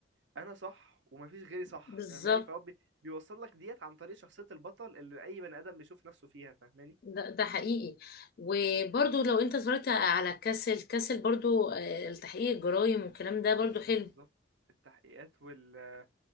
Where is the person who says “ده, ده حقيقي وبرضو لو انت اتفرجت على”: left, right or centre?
Left